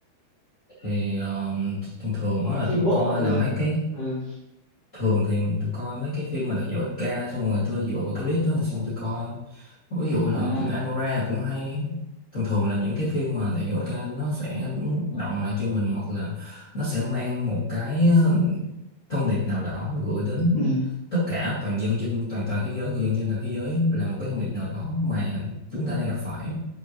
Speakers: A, on the left; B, on the left.
A: thì ờ, thông thường
B: hoặc
A: đó
B: là
A: là
B: phim
A: tôi
B: bộ
A: coi
B: cũng được
A: là mấy cái
B: ừ
A: thường thì tôi coi mấy cái phim mà đạt giải Oscar xong rồi tôi dựa vào cái clip đó rồi xong tôi coi ví dụ là
B: à
A: phim Anora cũng hay thường thường là những cái phim mà đạt giải Oscar nó sẽ động lại cho mình hoặc là nó sẽ mang một cái ờ, thông điệp nào đó gửi đến
B: ừ
A: tất cả toàn dân trên toàn toàn thế giới người dân trên toàn thế giới là một cái thông điệp nào đó mà chúng ta đang gặp phải